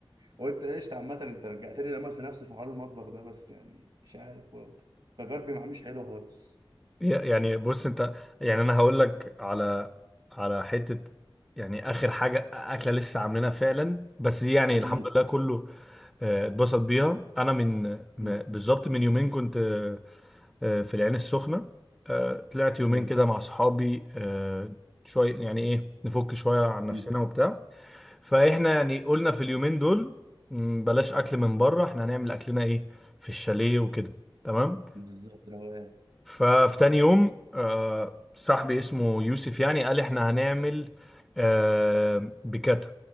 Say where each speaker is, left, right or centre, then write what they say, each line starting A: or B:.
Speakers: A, on the right; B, in the centre.
A: قلت قشطة عامة انت رجعت لي الامل في نفسي في حوار المطبخ ده بس يعني مش عارف برضه تجاربي معاه مش حلوة خالص
B: ي- يعني بص انت يعني انا هقول لك على على حته يعني اخر حاجه اكله لسه عاملينها فعلا بس دي يعني الحمد
A: امم
B: لله كله آه، اتبسط بيها انا من م-
A: أمم.
B: بالظبط من يومين كنت آه، آه، في العين السخنة آه، طلعت يومين
A: جامد
B: كده مع صحابي آه، شوية يعني ايه نفك شوية عن نفسنا
A: امم
B: وبتاع فاحنا يعني قلنا في اليومين دول مم، بلاش اكل من بره احنا هنعمل اكلنا ايه في الشاليه وكده تمام
A: بالظبط روقان
B: ففي تاني يوم آه، صاحبي اسمه يوسف يعني قال احنا هنعمل آه، بكاتا